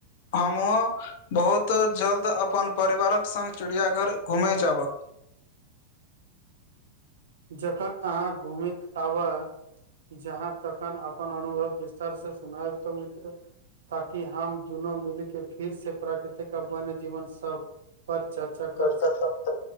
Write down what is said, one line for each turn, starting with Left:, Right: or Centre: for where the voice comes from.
Left: हमहूँ बहुत जल्द अपन परिवारक संग चिड़ियाघर घूमय जाबक
Right: जखन अहाँ घुमै आबह जहाँ तखन अपन अनुभव विस्तार से सुनायब तऽ मित्र ताकि हम दुनू मिलके फिर से प्राकृतिक आ वन्य जीवन सब पर चर्चा कर
Left: के
Right: सकै